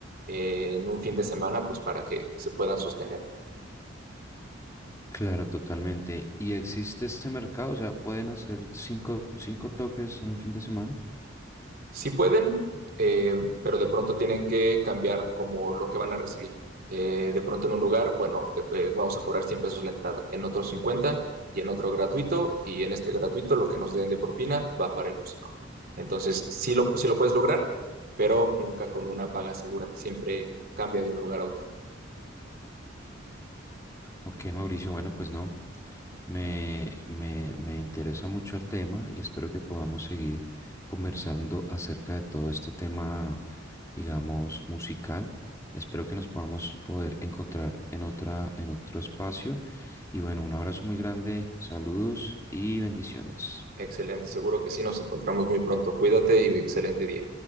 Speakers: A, on the right; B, on the left.
A: eh, en un fin de semana, pues para que se puedan sostener.
B: Claro, totalmente. ¿Y existe este mercado? O sea, ¿pueden hacer cinco, cinco toques en un fin de semana?
A: Sí pueden, eh, pero de pronto tienen que cambiar como lo que van a recibir. Eh, de pronto en un lugar, bueno, te- eh, vamos a cobrar 100 pesos la entrada, en otro 50 y en otro gratuito, y en este gratuito lo que nos den de propina va para el músico. Entonces, sí lo, sí lo puedes lograr, pero nunca con una paga segura, siempre cambia de un lugar a otro.
B: Ok, Mauricio, bueno, pues no, me, me, me interesa mucho el tema y espero que podamos seguir conversando acerca de todo este tema, digamos, musical. Espero que nos podamos poder encontrar en otra, en otro espacio. Y bueno, un abrazo muy grande, saludos y bendiciones.
A: Excelente, seguro que sí, nos encontramos muy pronto. Cuídate y excelente día.